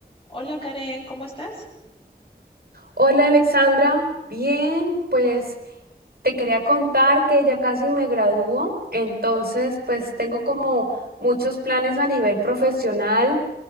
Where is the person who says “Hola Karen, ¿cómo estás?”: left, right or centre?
Left